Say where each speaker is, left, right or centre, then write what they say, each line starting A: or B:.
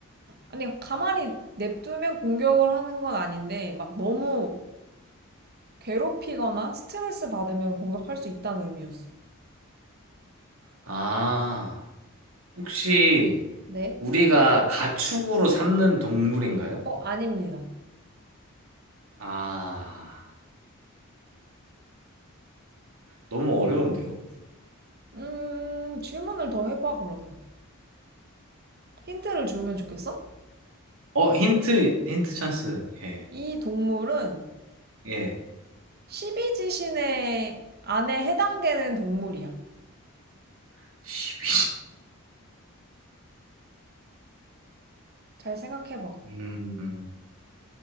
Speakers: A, on the right; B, on the right.
A: 아니, 가만히 냅두면 공격을 하는 건 아닌데, 막 너무 괴롭히거나 스트레스 받으면 공격할 수 있다는 의미였어.
B: 아, 혹시
A: 네?
B: 우리가 가축으로 삼는 동물인가요?
A: 어, 아닙니다.
B: 아, 너무 어려운데요?
A: 음, 질문을 더 해봐, 그러면. 힌트를 주면 좋겠어?
B: 어, 힌트, 힌트 찬스. 예,
A: 이 동물은
B: 예.
A: 십이지신의 안에 해당되는 동물이야.
B: <laughs> 지
A: 잘 생각해봐.
B: 2 음,